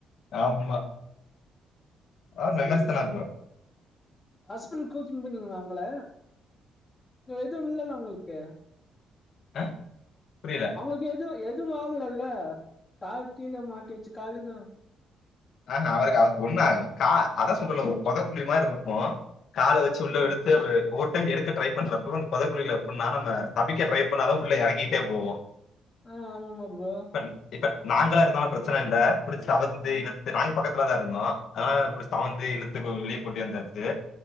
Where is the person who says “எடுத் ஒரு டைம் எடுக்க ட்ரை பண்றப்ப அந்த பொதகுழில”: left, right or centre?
Left